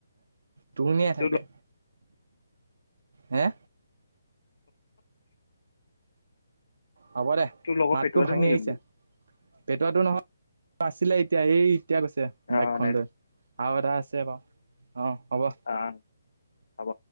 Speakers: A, on the right (about 70°); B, on the left (about 75°).
A: তঙনিয়াই
B: তোৰ
A: থাকে,
B: লগ
A: হে হ'ব দে
B: তোৰ লগৰ
A: মাতটো
B: পেটুৱাটো
A: ভাঙি
B: নেকি
A: আহিছে।
B: বোলো
A: পেটোৱাটো নহয় আছিলে এতিয়া এই এতিয়া গৈছে
B: অ
A: বাইকখন
B: দে
A: লৈ। আৰু এটা আছে বাও, অঁ হ'ব।
B: অঁ হ'ব।